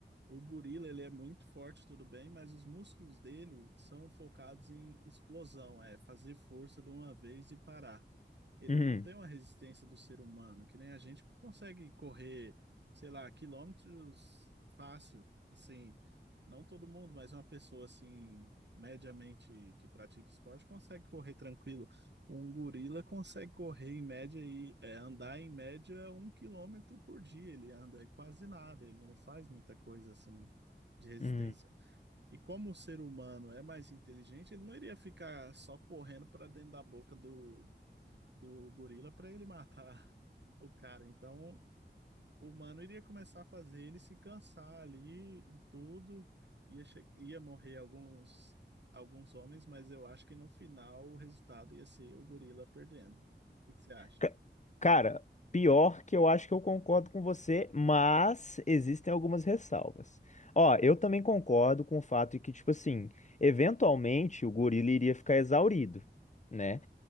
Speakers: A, on the right (about 70°); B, on the left (about 40°).
A: O gorila, ele é muito forte, tudo bem, mas os músculos dele são focados em explosão, é fazer força de uma vez e parar ele
B: uhum,
A: não tem uma resistência do ser humano, que nem a gente consegue correr, sei lá, quilômetros fácil, assim, não todo mundo, mas uma pessoa assim, mediamente que pratica esporte consegue correr tranquilo. Um gorila consegue correr em média e é, andar em média um quilômetro por dia, ele anda quase nada, ele não faz muita coisa assim de resistência.
B: uhum.
A: E como o ser humano é mais inteligente, ele não iria ficar só correndo para dentro da boca do, do gorila para ele matar <laughs> o cara. Então, o humano iria começar a fazer ele se cansar ali e tudo. Ia, che- ia morrer alguns, alguns homens, mas eu acho que no final o resultado ia ser o gorila perdendo. O que que você acha?
B: Ca- Cara, pior que eu acho que eu concordo com você, mas existem algumas ressalvas. Ó, eu também concordo com o fato de que, tipo assim, eventualmente o gorila iria ficar exaurido, né?